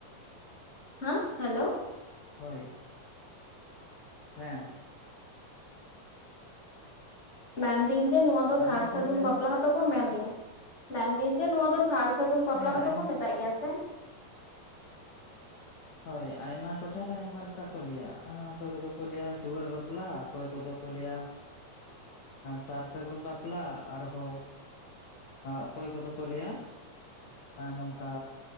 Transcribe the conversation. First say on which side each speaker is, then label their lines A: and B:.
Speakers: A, on the left; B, on the left.
A: ᱦᱮᱸ ᱦᱮᱞᱳ᱾
B: ᱦᱳᱭ ᱦᱮᱸ
A: ᱢᱮᱱᱫᱟᱹᱧ ᱡᱮ ᱱᱚᱣᱟ ᱫᱚ
B: ᱟᱨ
A: ᱥᱟᱨ
B: ᱢᱤᱫ ᱫᱷᱟᱣ
A: ᱥᱟᱹᱜᱩᱱ
B: ᱞᱟᱹᱭ ᱢᱮ
A: ᱵᱟᱯᱞᱟ ᱦᱚᱸᱛᱚ ᱠᱚ ᱧᱢᱮᱱ ᱜᱮᱭᱟ, ᱢᱮᱱᱫᱟᱹᱧ ᱡᱮ ᱱᱚᱣᱟ ᱫᱚ ᱥᱟᱨ ᱥᱟᱹᱜᱩᱱ ᱵᱟᱯᱞᱟ
B: ᱦᱮᱸ
A: ᱦᱚᱸᱛᱚ
B: ᱟᱭᱢᱟ
A: ᱠᱚ ᱢᱮᱛᱟᱜ ᱜᱮᱭᱟ ᱥᱮ?
B: <inaudible> ᱦᱳᱭ ᱟᱭᱢᱟ ᱴᱚᱴᱷᱟᱨᱮ ᱟᱭᱢᱟ ᱞᱮᱠᱟ ᱠᱚ ᱞᱟᱹᱭᱟ ᱚᱠᱚᱭ ᱠᱚᱫᱚ ᱠᱚ ᱞᱟᱹᱭᱟ ᱫᱩᱣᱟᱹᱨ ᱵᱟᱯᱞᱟ ᱚᱠᱚᱭ ᱠᱚᱫᱚ ᱠᱚ ᱞᱟᱹᱭᱟ ᱥᱟᱨ ᱥᱟᱹᱜᱩᱱ ᱵᱟᱯᱞᱟ ᱟᱨᱦᱚᱸ ᱚᱠᱚᱭ ᱠᱚᱫᱚ ᱠᱚ ᱞᱟᱹᱭᱟ ᱱᱚᱝᱠᱟ